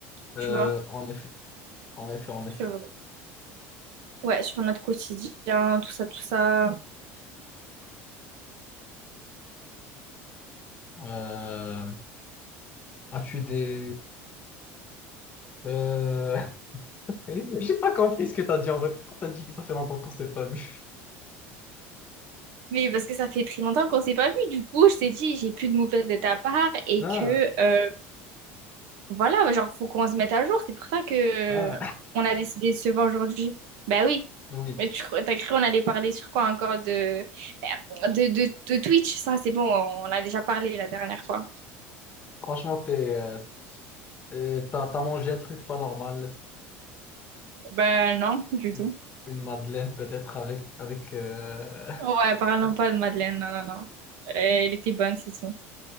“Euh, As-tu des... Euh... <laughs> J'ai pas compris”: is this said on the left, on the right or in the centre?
Left